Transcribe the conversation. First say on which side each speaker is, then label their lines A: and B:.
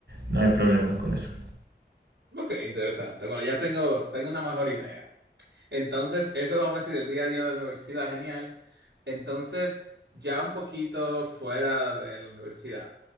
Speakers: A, on the right (about 70°); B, on the right (about 85°).
A: no hay problema con eso.
B: ok, interesante. Bueno, ya tengo, tengo una mejor idea. Entonces, eso vamos a decir, el día a día de la universidad, genial. Entonces, ya un poquito fuera de la universidad,